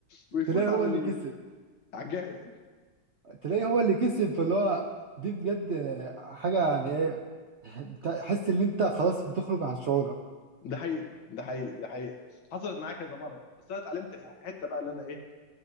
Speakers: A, on the left; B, on the right.
A: ويفوز
B: طلع
A: على
B: هو
A: ال...
B: اللي كسب
A: على الجاهز
B: تلاقيه هو اللي كسب فاللي هو دي بجد آه، حاجة يعني ايه تحس ان انت خلاص بتخرج عن شعورك
A: ده حقيقي ده حقيقي ده حقيقي حصلت معايا كذا مره برضه بس انا اتعلمت حته بقى اللي انا ايه